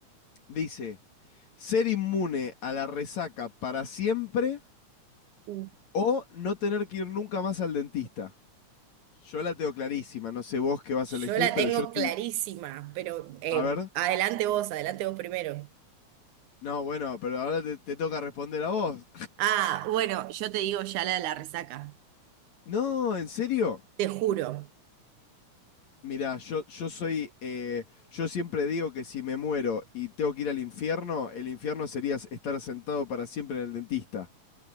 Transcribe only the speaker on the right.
Mm.
Yo
la
tengo
clarísima, pero eh,
adelante vos, adelante vos primero.
Ah, bueno, yo te digo ya la de la resaca,
te juro.